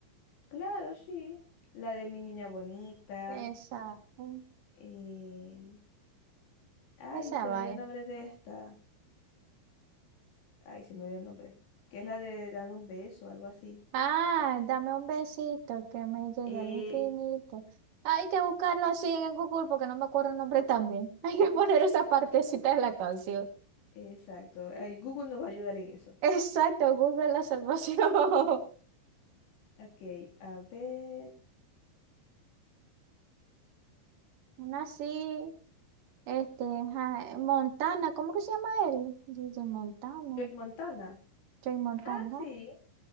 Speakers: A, on the left; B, on the right.
A: claro, sí. La de mi niña bonita.
B: Esa, mm,
A: eh, Ay,
B: esa
A: se
B: vaya.
A: me dio el nombre de esta. Ay, se me dio el nombre. Que es la de dar un beso, algo así.
B: Ah, dame un besito que me llegue
A: Eh,
B: al infinito. Hay que buscarlo así en Google porque no me acuerdo el nombre también. <laughs>
A: <laughs>
B: Hay que poner esa partecita de la canción.
A: Exacto. Ay, Google nos va a ayudar en eso.
B: Exacto, Google la salvación. <laughs>
A: Ok, a ver.
B: Una así. Este, Ja- Montana, ¿cómo que se llama él? Dice Montana,
A: Joe Montana.
B: Jay Montana,
A: Ah,
B: ajá.
A: sí.